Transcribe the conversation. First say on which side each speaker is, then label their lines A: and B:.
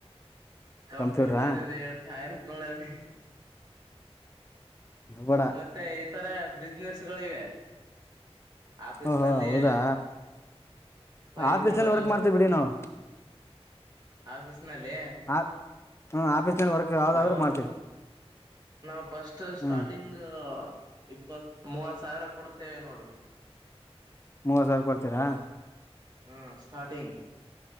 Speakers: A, on the right; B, on the left.
A: ಕಂಪ್ಯೂಟರ್
B: ಕಂಪ್ಯೂಟ್ರಾ
A: ಇದೆ ಟೈರ್ ತೊಳದು
B: ಬೇಡ
A: ಮತ್ತೆ ಈತರ ಬಿಸ್ನೆೆಸ್ಗಳಿವೆ ಆಫೀಸ್
B: ಓಹೋ
A: ನಲ್ಲಿ
B: ಹೌದಾ
A: ಫೈಲ್
B: ಆಫೀಸ್
A: ಕೊಡೋದು
B: ನಲ್ಲಿ ವರ್ಕ್ ಮಾಡ್ತೀವಿ ಬಿಡಿ ನಾವು
A: ಆಫೀಸ್ನಲ್ಲಿ
B: ಆ- ಹ್ಮ್ ಆಫೀಸ್ ನಲ್ಲಿ ವರ್ಕ್ ಯಾವ್ದಾದ್ರು
A: ನಾವು
B: ಮಾಡ್ತೀವಿ
A: ನಾವವು ಫಸ್ಟ್ ಸ್ಟಾರ್ಟಿಂಗ್
B: ಹ್ಮ್
A: ಇಪ್ಪತ್ ಮೂವತ್ ಸಾವಿರ ಕೊಡ್ತೇವೆ ನೋಡ್ರಿ
B: ಮೂವತ್ ಸಾವಿರ ಕೊಡ್ತೀರಾ
A: ಹ್ಮ ಸ್ಟಾರ್ಟಿಂಗ್